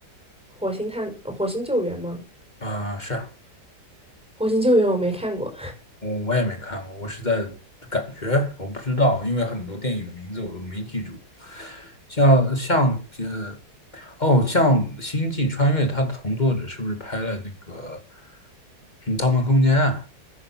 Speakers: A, in the centre; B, on the left.
A: 火星探火星救援吗？
B: 啊、是啊
A: 火星救援我没看过。
B: 我我也没看过，我是在感觉，我不知道，因为很多电影的名字我都没记住，像像呃哦，像《星际穿越》，它的同作者是不是拍了那个嗯《盗梦空间》啊？